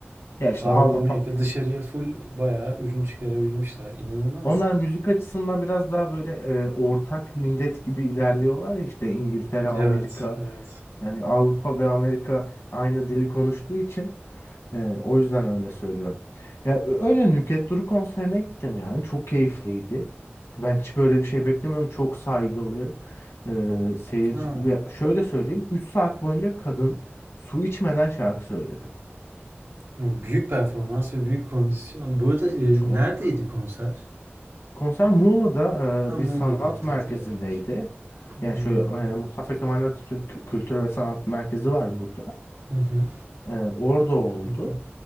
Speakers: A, on the left; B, on the right.
A: Ya işte
B: Avrupa
A: Avrupa
B: Amerika dışarıya full bayağı ürün çıkarabilmişler. İnanılmaz.
A: Onlar müzik açısından biraz daha böyle e, ortak millet gibi ilerliyorlar ya işte İngiltere, Amerika,
B: Evet, evet.
A: hani Avrupa ve Amerika aynı dili konuştuğu için e, o yüzden öyle söylüyorum. Ya ö- öyle Nükhet Duru konserine gittim yani çok keyifliydi. Ben hiç böyle bir şey beklemiyordum. Çok saygılı e, seyirci
B: Ha,
A: ve şöyle söyleyeyim 3 saat boyunca kadın su içmeden şarkı söyledi.
B: hı, büyük performans ve büyük kondisyon. Bu arada e,
A: Çok.
B: neredeydi konser?
A: Konser Muğla'da
B: Ha,
A: e, bir
B: Muğla'daydı
A: sanat merkezindeydi.
B: direkt. Hmm.
A: Yani şu e, Mustafa Kemal Atatürk Kültür ve Sanat Merkezi var burada.
B: Hı hı,
A: E, orada oldu.
B: hı hı.